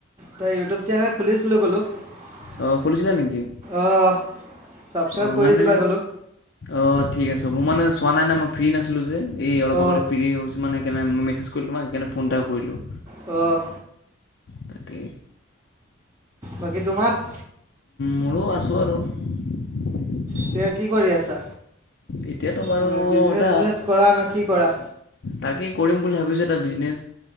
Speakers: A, on the right (about 20°); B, on the left (about 60°).
A: তেই ইউটিউব চেনেল খুলিছিলোঁ বোলোঁ। আহ,
B: অ খুলিছিলা নেকি
A: ছাবস্ক্ৰাইব
B: অ
A: কৰি
B: মানে
A: দিবা কলো।
B: অ ঠিক আছে মোৰ মানে চোৱা নাই নাই মই ফ্ৰী নাছিলো যে এই অলপ
A: অ',
B: আগতে ফ্ৰীৰি হৈছো। মানে কেনে মেছেজ কৰিলোঁ মই সেইকাৰণে ফোন এটা কৰিলোঁ।
A: অ'
B: তাকে।
A: বাকী তোমাৰ?
B: মোৰো আছোঁ আৰু। <inaudible>
A: এতিয়া কি কৰি আছা?
B: এতিয়াতো বাৰু
A: মানে, বিজনেছ-চিজনেছ
B: এটা
A: কৰা না কি কৰা?
B: তাকেই কৰিম বুলি ভাবিছোঁ, এটা বিজনেছ।